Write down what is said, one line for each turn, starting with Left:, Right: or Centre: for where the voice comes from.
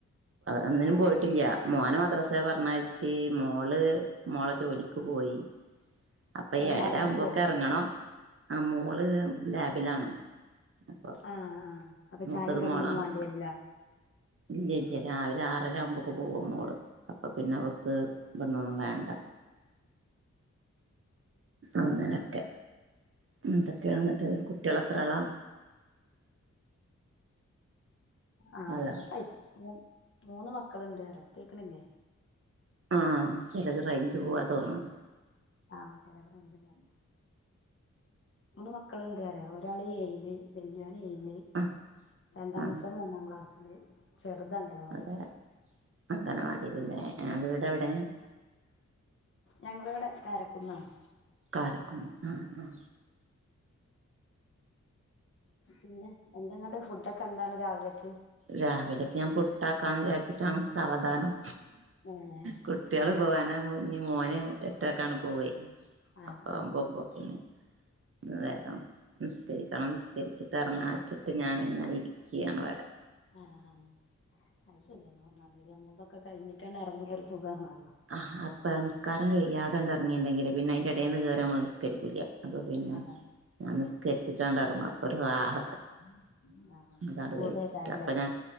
Right: ഒന്നിനും
Left: ആഹ്
Right: പോയിട്ടില്ല മോനെ മദ്രാസ പറഞ്ഞാഴച്ച് മോള് മോളെ ജോലിക്ക് പോയി അപ്പൊ
Left: ഏഹ് രാവിലെ
Right: ഏഴരാകുമ്പോയേക്കും
Left: പോവോ
Right: ഇറങ്ങണം ആ മോള് ലാബിലാണ്. അപ്പൊ
Left: ആഹ് ആഹ് അപ്പൊ
Right: മൂത്തത്
Left: ചായയും കടിയും
Right: മോളാണ്
Left: ഒന്നും വെണ്ടിരില്ല.
Right: ഇല്ല ഇല്ല രാവിലെ ആറര ആവുമ്പോക്ക് പോകും മോൾ. അപ്പൊ പിന്നെ അവർക്ക് ഇവിടുന്ന് ഒന്നും വേണ്ട. അങ്ങനൊക്കെ എന്തൊക്കെയാണ് എന്നിട്ട് കുട്ടികൾ എത്ര ആളാ?
Left: ആഹ്
Right: അല്ല
Left: മൂ മൂന്ന് മക്കളുണ്ട് പറയാ കേക്കണില്ലേ?
Right: ആഹ് ചിലത് റേഞ്ച് പോവാ തോന്നുണു.
Left: ആഹ് ചിലത് റേഞ്ച് പോവും. മൂന്ന് മക്കളുണ്ട് പറയാ ഒരാള് ഏയില് വല്യോൻ യില്
Right: ആഹ്
Left: രണ്ടാമത്തോൻ
Right: ആഹ്
Left: മൂന്നാം ക്ലാസ്സില് ചെറുത് അങ്കണവാടിയിൽ.
Right: അതെ അംഗനവാടിയിലല്ലേ. ആ വീടെവിടെ?
Left: ഞങ്ങളിവിടെ കാരക്കുന്നാണ്.
Right: കാരക്കുന്ന് ആ.
Left: പിന്നെ എന്തെങ്ങട്ട് ഫുടൊക്ക എന്താണ് രാവിലക്ക്?
Right: രാവിലക്ക് ഞാൻ പുട്ടാക്കാന്ന് വിചാരിച്ചിട്ടാണ് സാവധാനം.
Left: ഏഹ്
Right: കുട്ടികള് പോവാനാകുമ്പോ ഇനി മോന് എട്ടരക്കാണ് പോവേ.
Left: ആഹ്
Right: അപ്പമ്പ
Left: ആഹ്
Right: <unintelligible>
Left: ആഹ്
Right: നേരം നിസ്കരിക്കണം നിസ്കരിച്ചിട്ട് ഇറങ്ങാച്ചിട്ട് ഞാനിങ്ങനെ ഇരിക്യാണ് ഇവിടെ.
Left: ആഹ് ആ അത് ശരിയ പറഞ്ഞാൽ നമ്മളടൊക്കെ കഴിഞ്ഞിട്ട് ഇറങ്ങിയ ഒരു സുഖണ്.
Right: ആ അപ്പ നിസ്കാരം കഴിയതങ്ങട് ഇറങ്ങിണ്ടെങ്കി പിന്നെ അതിന്റെ എടെന്ന് കയറി നമ്മള് നിസ്കരിക്കില്ല. അപ്പൊ പിന്നെ
Left: അതാണ്
Right: ഞാൻ
Left: ആഹ്
Right: നിസ്കരിച്ചിട്ട അങ്ങട് ഇറങ്ങും. അപ്പൊ ഒരു റാഹ
Left: <inaudible>
Right: അതാണ്
Left: ഊഹേക്കാരല്ലേ
Right: കഴിച്ചിട്ട് അപ്പൊ ഞാൻ